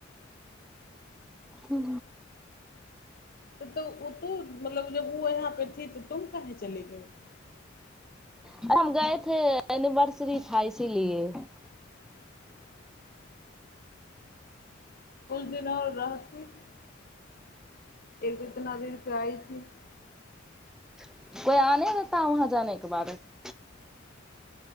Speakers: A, in the centre; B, on the left.
A: हू
B: तऽ ओ तो मतलब जब ओ यहाँ पे थी तो तुम कहे चली गइ। <unintelligible>
A: <unintelligible>
B: <inaudible> <unintelligible> <unintelligible>
A: <unintelligible>